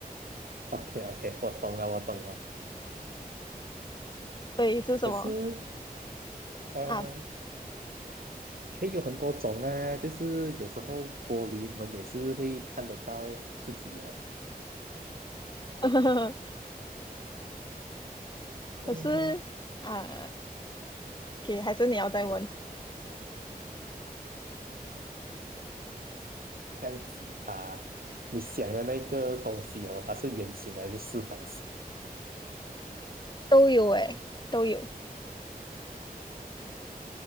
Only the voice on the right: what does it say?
？OK OK，我懂了，我懂了。
可是呃，
可以有很多种啊，就是有时候玻璃门也是会看得到自己啊，
嗯，
这样子，它，你想的那个东西哦，它是圆形还是四方形？